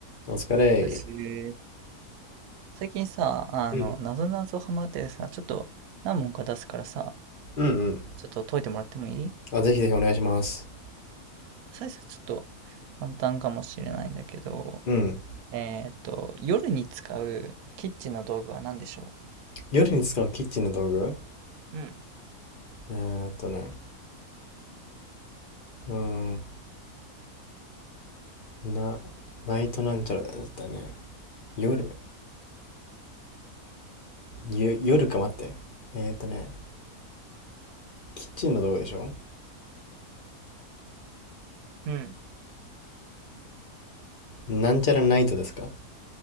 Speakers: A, on the left (about 40°); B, on the right (about 75°).
A: お疲れ。
B: ですね。最近さ、あの、
A: うん
B: なぞなぞハマっててさ、ちょっと何問か出すからさ、
A: うんうん。
B: ちょっと解いてもらってもいい
A: あ、ぜひぜひお願いします。
B: 最初ちょっと簡単かもしれないんだけど、
A: うん。
B: えっと、夜に使うキッチンの道具は何でしょ
A: 夜に使うキッチンの道具
B: ううん。
A: えーっとね。うーん。な、ナイトなんちゃらだよね。絶対ね。夜。ゆ、夜か待って。えーっとね。キッチンの道具でしょ
B: うん。
A: なんちゃらナイトですか